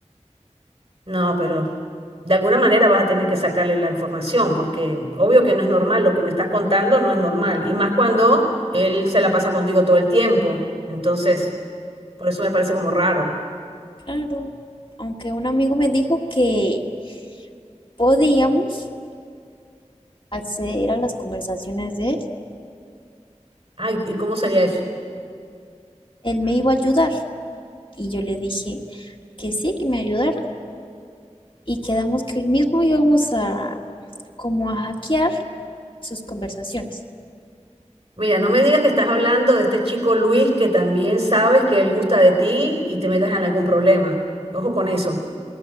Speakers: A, on the right; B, on the left.
A: No, pero de alguna manera vas a tener que sacarle la información, porque obvio que no es normal, lo que me estás contando no es normal, y más cuando él se la pasa contigo todo el tiempo. Entonces, por eso me parece como raro.
B: Claro. Aunque un amigo me dijo que podíamos acceder a las conversaciones de él.
A: Ay, ¿y cómo sería eso?
B: Él me iba a ayudar. Y yo le dije que sí, que me ayudara. Y quedamos que hoy mismo íbamos a como a hackear sus conversaciones.
A: Mira, no me digas que estás hablando de este chico Luis que también sabes que él gusta de ti y te metas en algún problema. Ojo con eso.